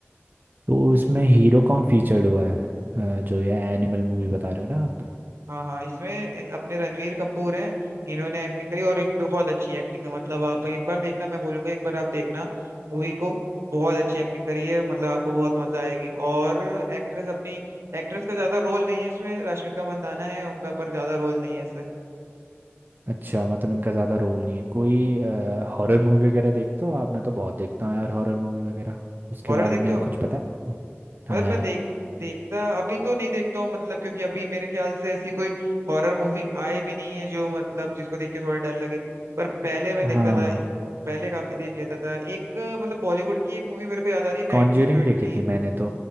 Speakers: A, on the right; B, on the right.
A: तो इसमें हीरो कौन फीचर्ड हुआ है अ, जो ये एनिमल मूवी बता रहे हो ना आप
B: हाँ हाँ इसमें ए- अपने रणवीर कपूर हैं इन्होंने एक्टिंग करी और एक बहुत अच्छी एक्टिंग है मतलब आप एक बार देखना मैं बोलूंगा एक बार आप देखना मूवी को बहुत अच्छी एक्टिंग करी है मतलब आपको बहुत मजा आएगी और एक्ट्रेस अपनी एक्ट्रेस का ज्यादा रोल नहीं है इसमें रश्मिका मंदाना है उनका पर ज्यादा रोल नहीं है सर
A: अच्छा मतलब इनका ज़्यादा रोल नहीं है कोई हॉरर मूवी वगैरह देखते हो आप मैं तो बहुत देखता हूँ यार हॉरर मूवी वगैरह उसके
B: हॉरर
A: बारे
B: देखते
A: में
B: हो
A: कुछ पता है आपको हाँ
B: मतलब
A: यार
B: मैं देख देखता अभी तो नहीं देखता हूँ मतलब क्योंकि अभी मेरे ख्याल से ऐसी कोई हॉरर मूवी आई भी नहीं है जो मतलब जिसको देख के थोड़ा डर लगे पर पहले मैं देखता
A: हाँ
B: था पहले काफी देख लेता था एक अ, मतलब बॉलीवुड की एक मूवी मेरे को याद आ रही है नाइनटीन
A: कॉन्ज्यूरिंग
B: ट्वेंटी
A: देखी थी मैंने तो